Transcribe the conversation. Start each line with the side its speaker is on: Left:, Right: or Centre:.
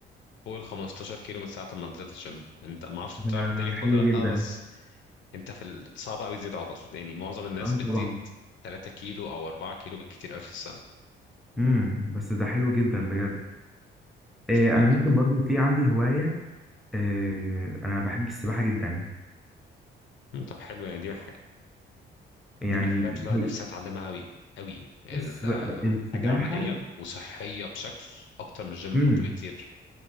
Left: فوق ال 15 كيلو من ساعة ما نزلت جيم أنت ما أعرفش
Centre: ده
Left: تعرف دايت
Centre: حلو
Left: ولا لأ
Centre: جدا
Left: بس انت في ال... صعب قوي تزيد عضل يعني معظم الناس
Centre: اه
Left: بتزيد
Centre: طبعا
Left: 3 كيلو او 4 كيلو بالكتير قوي في السنه
Centre: امم بس ده حلو جدا بجد إيه
Left: بالفعل
Centre: انا ممكن برضو في عندي هوايه إيه انا بحب السباحه جدا
Left: مم، طب حلو يعني دي مح...
Centre: يعني
Left: دي من الحاجات اللي
Centre: هي-
Left: أنا نفسي اتعلمها قوي قوي ال-
Centre: بص السباحة
Left: حاجه عمليه وصحيه بشكل اكتر من الجيم
Centre: مم.
Left: حتى بكتير